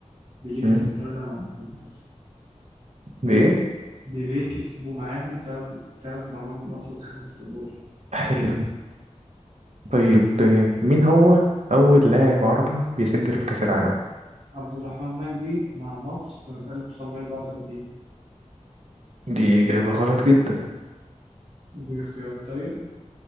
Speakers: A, on the right; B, on the right.
A: بيليه
B: مم.
A: كسبه تلاتة معاهم أساسا
B: بإيه؟
A: بيليه كسبوا معاهم تلات تلات مرات من أصل الخمسة دول
B: حلو طيب آه، مين هو أول لاعب عربي بيسجل في كأس العالم؟
A: عبد الرحمن مجدي مع مصر سنة 1934
B: دي إجابة غلط جدا
A: دي اختيارات طيب